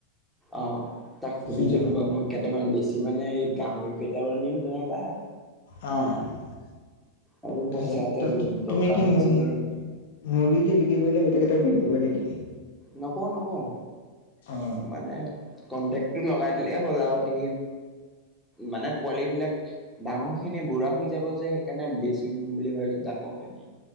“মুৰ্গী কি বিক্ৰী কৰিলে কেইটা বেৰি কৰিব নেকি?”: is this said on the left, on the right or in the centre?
Left